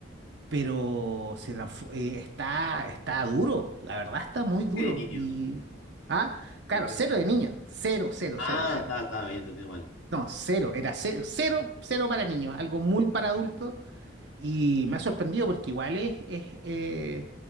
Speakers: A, on the right; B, on the left.
A: pero se transfo- eh, está, está duro, la verdad está muy duro.
B: ¿Qué de niños?
A: Y, ah, claro,
B: ¿Por qué
A: cero
B: de niños?
A: de niños, cero, cero,
B: Ah,
A: cero, cero.
B: está, está, bien, entendido mal.
A: No, cero, era cero, cero, cero para niños, algo muy para adultos. Y me ha sorprendido porque igual es, es, eh,